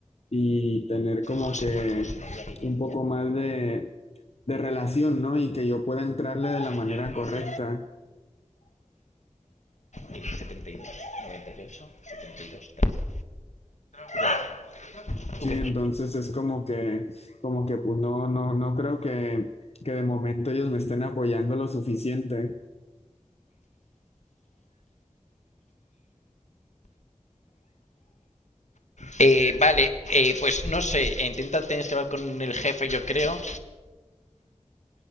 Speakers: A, on the left (about 60°); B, on the left (about 80°).
A: y tener como
B: José,
A: que
B: José María Guillén.
A: un poco más de, de relación, ¿no? Y que yo pueda entrarle de la
B: Sí.
A: manera correcta.
B: Eh, 72, 98, 72, 13. la
A: Sí,
B: letra?
A: entonces es como que, como que pues no, no, no creo que, que de momento ellos me estén apoyando lo suficiente.
B: Eh, vale, eh, pues no sé, intenta tienes que hablar con el jefe, yo creo.